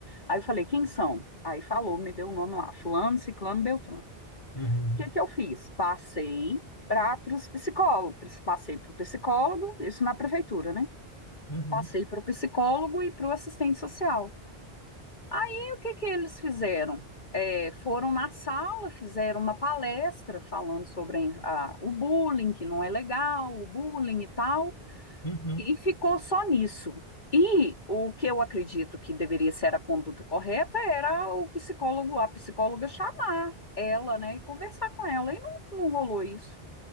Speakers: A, on the left; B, on the left.
A: Aí eu falei, quem são? Aí falou, me deu o nome lá, fulano, ciclano, beltrano. O
B: Uhum,
A: que que eu fiz? Passei para os psicólogos, passei para o psicólogo, isso na prefeitura, né?
B: uhum,
A: Passei para o psicólogo e para o assistente social. Aí o que que eles fizeram? É, foram na sala, fizeram uma palestra falando sobre a- o bullying, que não é legal, o bullying e tal,
B: uhum.
A: e ficou só nisso. E o que eu acredito que deveria ser a conduta correta era o psicólogo, a psicóloga chamar ela, né, e conversar com ela. E não, não rolou isso.